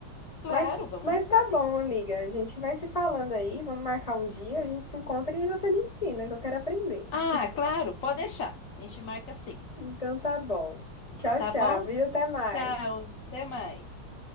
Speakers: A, on the left; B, on the left.
A: claro,
B: Mas,
A: vamos
B: mas
A: marcar
B: tá
A: sim.
B: bom, amiga. A gente vai se falando aí. Vamos marcar um dia. A gente se encontra e você me ensina, que eu quero aprender. <laughs>
A: Ah, claro, pode deixar. A gente marca sim.
B: Então tá bom. Tchau,
A: Tá
B: tchau.
A: bom?
B: Viu? Até mais.
A: Tchau, até mais.